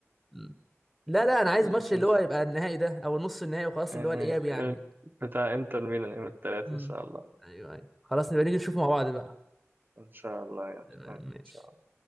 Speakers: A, in the centre; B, on the right.
A: مم. لا لا انا عايز
B: ماشي.
A: ماتش اللي
B: ماشي.
A: هو يبقى النهائي ده او نص النهائي وخلاص
B: آه،
A: اللي هو الاياب يعني
B: بتاع انتر ميلان يوم الثلاث
A: امم
B: ان شاء الله
A: ايوه ايوه خلاص نبقى نيجي نشوف مع بعض بقى
B: ان شاء الله يا أخي.
A: تمام
B: ان
A: ماشي
B: شاء الله.